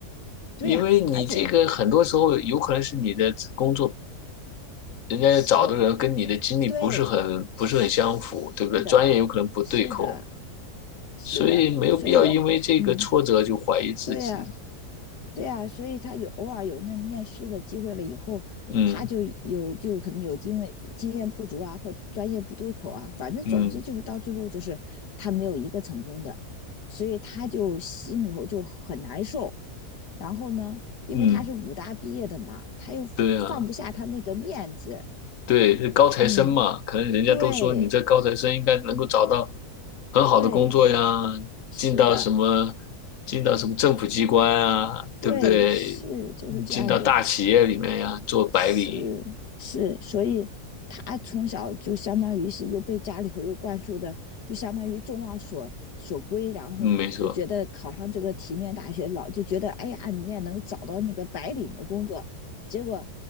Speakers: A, on the left (about 90°); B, on the left (about 60°).
A: 对呀、
B: 因为你这个很多时候有可能是你的工作，
A: 而且
B: 人家找的人跟你的经历不是很不是很相符，
A: 是对，是是的，
B: 对不对？专业有可能不对口，
A: 是的，是的，
B: 所以没有必要因为这个挫折就怀疑自己。
A: 所以有，嗯，对呀、对啊，所以他有偶尔有那面试的机会了以后，
B: 嗯
A: 他就有就可能有经验经验不足啊，或专业不对口啊，反正总之就是到最后就是他没有一个成功的，
B: 嗯
A: 所以他就心里头就很难受。然后呢，因为他是武大毕业的嘛，
B: 嗯，
A: 他又放不下他那个面子。
B: 对啊。对，高材生嘛，
A: 嗯，
B: 可能人家都说你这高材生应该能够找到
A: 对
B: 很好的工作呀，
A: 对，是的，
B: 进到什么，进到什么政府机关啊，
A: 对是就是这样子。
B: 对不对？进到大企业里面呀，做白领，
A: 是是，所以他从小就相当于是又被家里头又灌输的，就相当于众望所所归，然后就觉得考上这个体面大学，
B: 嗯没错，
A: 老就觉得哎呀，你也能找到那个白领的工作，结果